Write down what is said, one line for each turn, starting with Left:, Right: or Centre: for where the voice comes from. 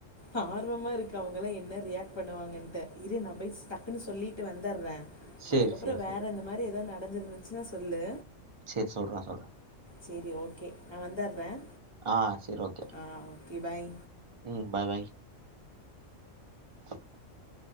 Left: ஆ ஆர்வமா இருக்கு அவங்களாம் என்ன ரியாக்ட் பண்ணுவாங்கன்ட்டு இரு நான் போய் சொ டக்குன்னு சொல்லிட்டு வந்துடுறேன்
Right: சரி,
Left: அதுக்கப்புறம்
Right: சரி,
Left: வேற
Right: சரி.
Left: அந்த மாறி வேற ஏதாவது நடந்துருந்துச்சுன்னா சொல்லு
Right: சேரி சொல்றேன் சொல்றேன்
Left: சரி ஓகே நான் வந்துற்றேன்
Right: ஆ சேரி ஓகே
Left: ஆ ஓகே பாய்
Right: ம் பாய் பாய் <inaudible>